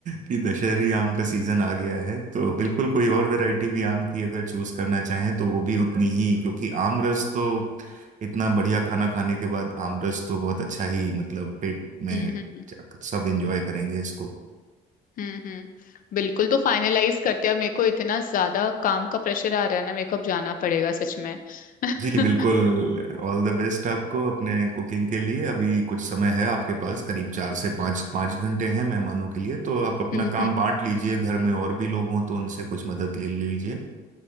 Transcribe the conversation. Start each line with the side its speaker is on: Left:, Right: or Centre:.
Right: कि दशहरी आम का सीजन आ गया है तो बिल्कुल कोई और वैरायटी भी आम की अगर चूज करना चाहें तो वो भी उतनी ही क्योंकि आम रस तो इतना बढ़िया खाना खाने के बाद आम रस तो बहुत अच्छा ही मतलब पेट में
Left: हम्म
Right: जाकर सब एंजॉय करेंगे इसको
Left: हम्म हम्म बिल्कुल तो फाइनलाइज करते हैं अब मेरे को इतना ज्यादा काम का प्रेशर आ रहा है ना मेरे को अब जाना पड़ेगा सच में <laughs> हम्म
Right: जी बिल्कुल ऑल द बेस्ट आपको अपने कुकिंग के लिए अभी कुछ समय है आपके पास करीब चार से पाँच पाँच घंटे हैं मेहमानों के लिए तो आप अपना
Left: हम्म
Right: काम बांट लीजिए घर में और भी लोग हों तो उनसे कुछ मदद ले लीजिए